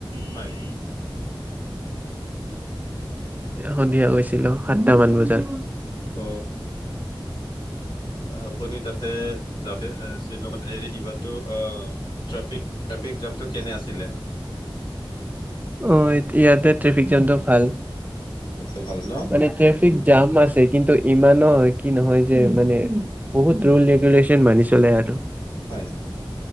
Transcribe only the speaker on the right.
সন্ধিয়া গৈছিলো সাতটামান
বজাত
অ, ইয়াতে ট্ৰেফিক জামটো ভাল।
মানে ট্ৰেফিক জাম আছে, কিন্তু ইমানো কি নহয় যে মানে বহুত ৰুল ৰেগুলেচন মানি চলে আৰু।